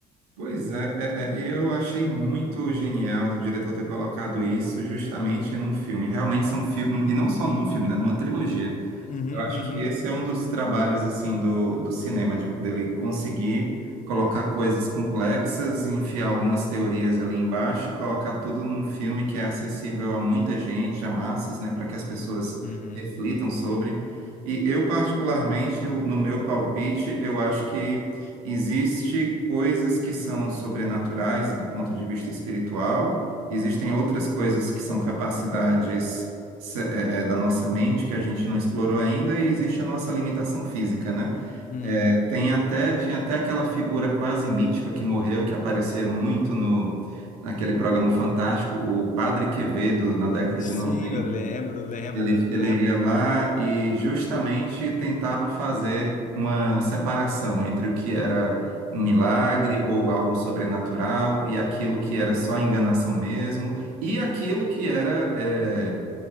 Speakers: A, on the right; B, on the left.
A: pois é, é, é, e eu achei muito genial do diretor ter colocado isso justamente num filme. Realmente são filmes, e não só num filme, né, numa trilogia.
B: Uhum,
A: Eu acho
B: uhum,
A: que esse é um dos trabalhos assim do, do cinema, de- dele conseguir colocar coisas complexas e enfiar algumas teorias ali embaixo e colocar tudo num filme que é acessível a muita gente, a massas, né, para que as pessoas
B: uhum,
A: reflitam sobre. E eu, particularmente, eu- no meu palpite, eu acho que existe coisas que são sobrenaturais do ponto de vista espiritual, existem outras coisas que são capacidades se- é, é, da nossa mente que a gente não explorou ainda e existe a nossa limitação física, né?
B: uhum.
A: É, tem até, tinha até aquela figura quase mítica que morreu e que aparecia muito no, naquele programa fantástico, o Padre Quevedo, na década
B: Sim,
A: de 90.
B: eu lembro, lembro,
A: Ele, ele
B: lembro.
A: ia lá e justamente tentava fazer uma separação entre o que era um milagre ou algo sobrenatural e aquilo que era só enganação mesmo e aquilo que era é,